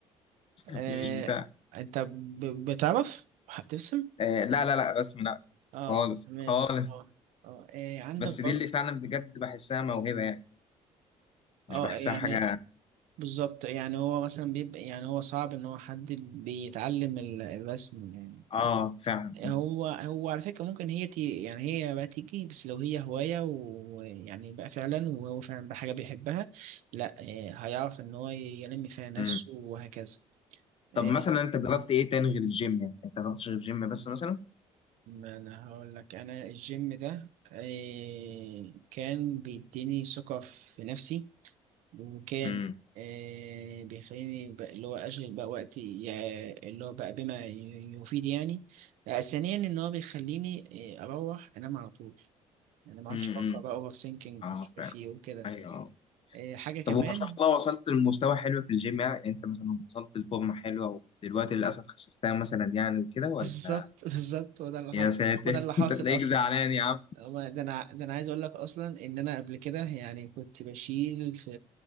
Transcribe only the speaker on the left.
<laughs>
مش بتاع
آه لا لا لا رسم لا
خالص
خالص
بس
دي اللي فعلا بجد بحسها موهبه يعني مش
بحسها
حاجه
اه فعلا
امم
طب مثلا انت جربت ايه تاني غير الجيم يعني انت جربتش غير الجيم بس مثلا
امم
امم
اه
فعلا
ايوه
طب وما شاء الله وصلت لمستوى حلو في الجيم يعني انت مثلا وصلت لفورمه حلوه ودلوقتي للاسف خسفتها مثلا يعني وكده
ولا
يا ساتر
<laughs>
انت تلاقيك
زعلان يا عم